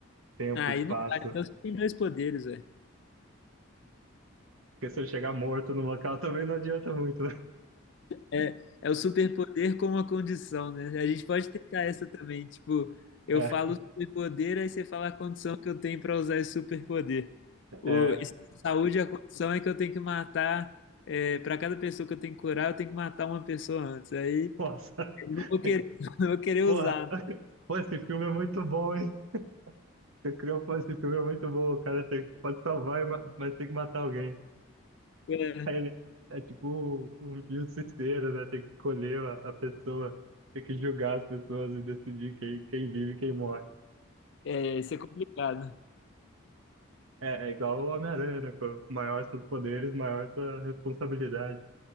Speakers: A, on the right; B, on the left.
A: Tempo,
B: Aí
A: espaço.
B: não vale. Então você tem dois poderes, velho.
A: Porque se eu chegar morto no local <laughs> também não adianta muito, né?
B: É, é o superpoder como a condição, né? A gente pode tentar essa também. Tipo, eu
A: É,
B: falo superpoder, aí você fala a condição que eu tenho para usar esse superpoder. O,
A: é.
B: esse de saúde, a condição é que eu tenho que matar. para cada pessoa que eu tenho que curar, eu tenho que matar uma pessoa antes. Aí
A: Nossa. <laughs>
B: eu não vou querer, <laughs> não vou querer
A: Porra.
B: usar.
A: Pô, esse filme é muito bom, hein? Você criou, pô, esse filme é muito bom. O cara tem, pode salvar, e ma- mas tem que matar alguém.
B: né?
A: Aí ele é tipo o um justiceiro, né? Tem que escolher a, a pessoa. Tem que julgar as pessoas e decidir quem, quem vive e quem morre.
B: É, é, isso é complicado.
A: É, é igual o Homem-Aranha, né? pô? Maior seus poderes, maior sua responsabilidade.